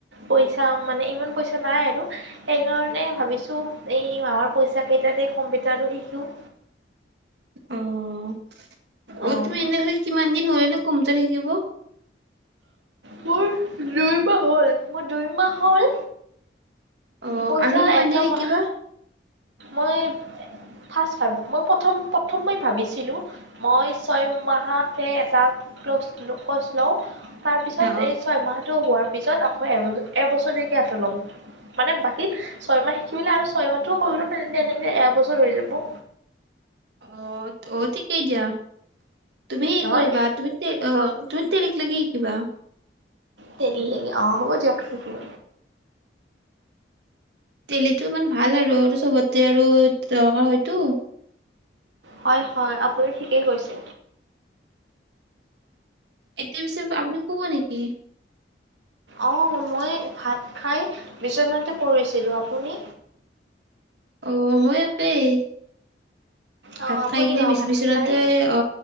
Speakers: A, on the right; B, on the right.
A: পইচা মানে ইমান পইচা নাই আৰু। সেই কাৰণে ভাবিছো, এই মাহৰ পইচা কেইটাৰে কম্পিউটাৰো শিকো।
B: অ', অ',
A: অঁ
B: তুমি এনেদৰে কিমান দিন হ'লে ন' কম্পিউটাৰ শিকিব?
A: মোৰ দুই মাহ হ'ল, মোৰ দুই মাহ হ'ল।
B: অ
A: পইচা
B: আৰু কিমান
A: এটা
B: দিন শিকিবা
A: মাহ মই ফাৰ্ষ্ট <unintelligible> মই প্ৰথম প্ৰথম মই ভাবিছিলো। মই ছয় মাহকে এটা কৰ্চ লওঁ। তাৰ পিছত
B: অ
A: এই ছয়মাহটো হোৱাৰ পিছত আকৌ এ-এবছৰীয়াকে এটা ল'ম, মানে বাকী ছয় মাহ শিকি মেলি আৰু ছয় মাহ টো কৰি ল'ম এনেকে এবছৰ হৈ যাব।
B: অ', অ', থিকেই দিয়া। তুমি হেই
A: নহয়
B: কৰিবা তুমি অ', তুমি তেলিক লকে শিকিবা।
A: তেলি ল'কে অ', হ'ব দিয়ক শিকিম।
B: তেলিটো মানে ভাল আৰু আৰু চবতে আৰু দৰকাৰ হয়তো।
A: হয়, হয়, আপুনি ঠিকেই কৈছে।
B: এতিয়া পিছে আপুনি শুব নেকি?
A: অ', মই ভাত খাই বিশ্বনাতে পৰিছিলো, আপুনি?
B: অ', মই একেই।
A: অ',
B: ভাত
A: আপুনিও
B: খাই কিনে বিচ
A: ভাত
B: বিচনাতে
A: খাই
B: অ